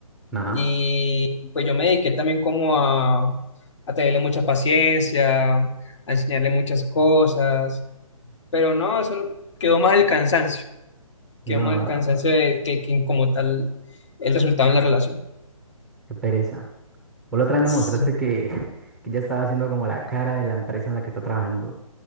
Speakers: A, in the centre; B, on the left.
A: ajá.
B: y pues yo me dediqué también como a, a tenerle mucha paciencia, a enseñarle muchas cosas, pero no, eso quedó más el cansancio. queda
A: No,
B: más el cansancio de que, que como tal el resultado en la relación.
A: qué pereza. Vos la otra vez
B: Sí.
A: me mostraste que, <laughs> que ya estaba haciendo como la cara de la empresa en la que está trabajando.